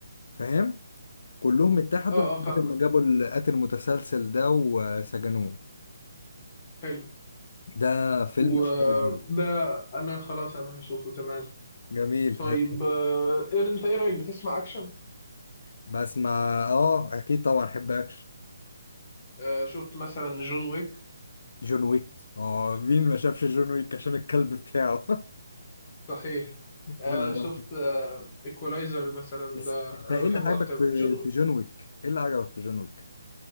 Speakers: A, on the left; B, on the left.
A: فاهم كلهم اتحدوا
B: اه اه
A: لحد
B: فاهمك
A: ما جابوا القاتل المتسلسل ده وسجنوه
B: حلو
A: ده فيلم
B: وده
A: خارج جديد.
B: انا خلاص انا هشوفه تمام
A: جميل
B: طيب
A: آه،
B: آه، إيه- انت ايه رايك بتسمع اكشن
A: بسمع اه اكيد طبعا احب اكشن
B: آه، شفت مثلا جون ويك
A: جون ويك اه مين ما شافش جون ويك عشان الكلب بتاعه
B: صحيح
A: <laughs>
B: آه،
A: غير عربي.
B: شفت ايكولايزر مثلا
A: بس
B: ده
A: انت
B: انا
A: ايه
B: بحبه
A: اللي عجبك
B: اكتر
A: في
B: من جون ويك
A: في جون ويك؟ ايه اللي عجبك في جون ويك؟